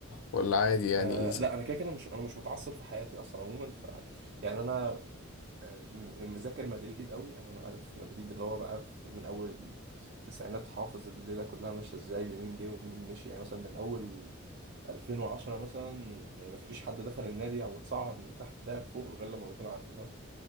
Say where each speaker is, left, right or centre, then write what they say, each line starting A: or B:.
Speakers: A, on the left; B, on the right.
A: ولا عادي يعني
B: آه
A: إيزي
B: لا انا كده كده مش انا مش متعصب في حياتي اصلا عموما ف يعني انا آه، م- مذاكر مدريد قوي يعني انا عارف مدريد اللي هو بقى في من اول التسعينات حافظ الليله كلها ماشيه ازاي بمين جه ومين مشي يعني مثلا من اول 2010 مثلا يعني مفيش حد دخل النادي او اتصعد من تحت لعب فوق غير لما بكون عارفه فاهم